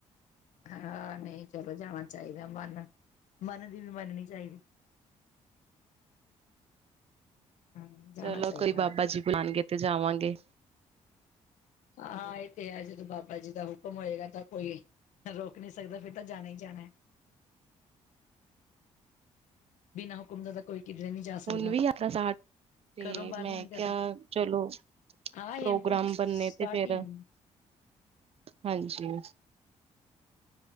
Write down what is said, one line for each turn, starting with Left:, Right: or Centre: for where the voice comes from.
Left: ਹਾਂ ਨਹੀਂ ਚਲੋ ਜਾਣਾ ਚਾਹੀਦਾ ਏ ਮਨ ਮਨ ਦੀ ਵੀ ਮੰਨਨੀ ਚਾਹੀਦੀ ਹਮ ਜਾਣਾ
Right: ਚਲੋ
Left: ਚਾਹੀਦਾ
Right: ਕੋਈ ਬਾਬਾ ਜੀ ਬਣਾਉਣਗੇ ਤੇ ਜਾਵਾਂਗੇ
Left: ਹਾਂਾਂ ਇਹ ਤੇ ਹੈ ਜਦੋਂ ਬਾਬਾ ਜੀ ਦਾ ਹੁਕਮ ਹੋਏਗਾ ਤਾਂ ਕੋਈ ਰੋਕ ਨੀ ਸਕਦਾ ਫਿਰ ਤਾਂ ਜਾਣਾ ਹੀ ਜਾਣਾ ਹੈ ਬਿਨਾਂ ਹੁਕਮ ਦਾ ਕੋਈ ਕਿਧਰੇ ਨਹੀਂ ਜਾ ਸਕਦਾ
Right: ਹੁਣ ਵੀ ਯਾਰਾਂ ਸ ਤੇ
Left: ਘਰੋਂ ਬਾਹਰ
Right: ਮੈਂ
Left: ਨਹੀਂ ਨਿਕਲ
Right: ਕਿਹਾ
Left: ਸਕਦਾ
Right: ਚਲੋ
Left: ਹਾਂ ਹੇਮਕੁੰਟ
Right: ਪ੍ਰੋਗਰਾਮ
Left: ਸਟਾਰਟ
Right: ਬੰਨੇ ਤੇ ਫੇਿਰ
Left: ਹੀ ਹੈ
Right: ਹਾਂਜੀ